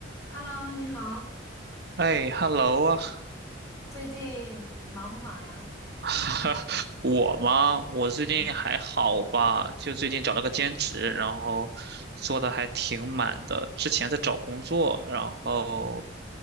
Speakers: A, on the left (about 15°); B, on the right (about 55°).
A: Hello，你好，
B: 哎，hello 啊，
A: 最近忙不忙呀？
B: <laughs> 我吗？我最近还好吧，
A: 嗯
B: 就最近找了个兼职，然后做的还挺满的。之前在找工作，然后，
A: 嗯